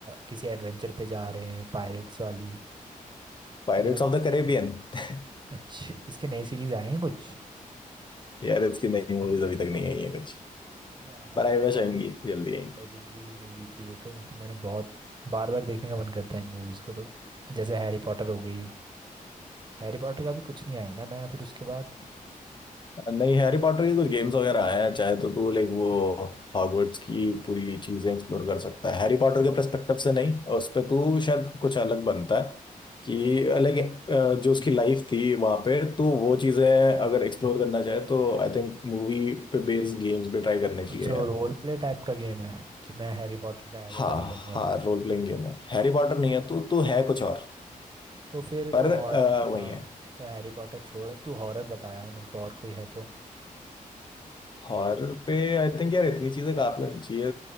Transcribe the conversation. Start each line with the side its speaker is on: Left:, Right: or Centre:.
Right: किसी एडवेंचर पे जा रहे हैं पायरेट्स वाली
Left: Pirates
Right: ऐसा
Left: of the Caribbean <laughs>
Right: अच्छा इसके नए सीरीज आए हैं कुछ
Left: यार इसकी नई मूवीज अभी तक नहीं आई है कुछ
Right: यार
Left: पर
Right: ये
Left: आई
Right: तो
Left: विश
Right: बहुत
Left: आएंगी जल्दी आएंगी
Right: लेजेंडरी मूवी थी ये तो मतलब मैंने बहुत बार बार देखने का मन करता है इन मूवीज को तो जैसे हैरी पॉटर हो गई हैरी पॉटर का भी कुछ नहीं आया ना नया फिर उसके बाद
Left: नहीं हैरी पॉटर की कुछ गेम्स वगैरह आए हैं चाहे तो तू लाइक वो हॉगवर्ट्स की पूरी चीजें एक्सप्लोर कर सकता है हैरी पॉटर के पर्सपेक्टिव से नहीं उस पे तू शायद कुछ अलग बनता है कि अलग अ, जो उसकी लाइफ थी वहां पे तो वो चीजें अगर एक्सप्लोर करना चाहे तो आई थिंक मूवी पे बेस्ड गेम्स भी ट्राई करने चाहिए
Right: अच्छा
Left: यार
Right: रोल प्ले टाइप का गेम है कि मैं हैरी पॉटर का एवेटार
Left: हाँ
Right: लूंगा
Left: हाँ रोल प्लेइंग गेम है हैरी पॉटर नहीं है तो तू है कुछ और
Right: तो फिर
Left: पर
Right: तू
Left: अ,
Right: हॉरर
Left: वही
Right: हाँ
Left: है
Right: चाहे हैरी पॉटर छोड़ अब तू हॉरर बता यार मेरे को और कोई है तो
Left: हॉरर पे आई थिंक यार इतनी चीजें काफी होनी चाहिए